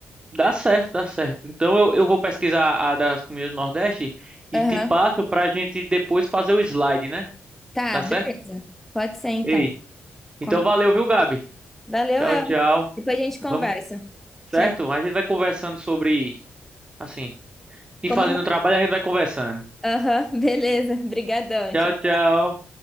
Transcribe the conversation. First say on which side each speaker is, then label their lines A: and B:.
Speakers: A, on the right; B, in the centre.
A: Dá certo, dá certo. Então eu, eu vou pesquisar a das comidas do Nordeste e
B: Aham,
A: te passo pra gente depois fazer o slide, né?
B: Tá,
A: Dá
B: beleza.
A: certo?
B: Pode ser então.
A: Ei. Então
B: Combi-
A: valeu, viu, Gabi?
B: Valeu,
A: Tchau,
B: El.
A: tchau.
B: Depois a gente conversa.
A: Vamos, certo?
B: Tchau.
A: A gente vai conversando sobre, assim, e
B: Como...
A: fazendo o trabalho a gente vai conversando.
B: Aham, <laughs> beleza. Obrigadão.
A: Tchau,
B: Tchau.
A: tchau.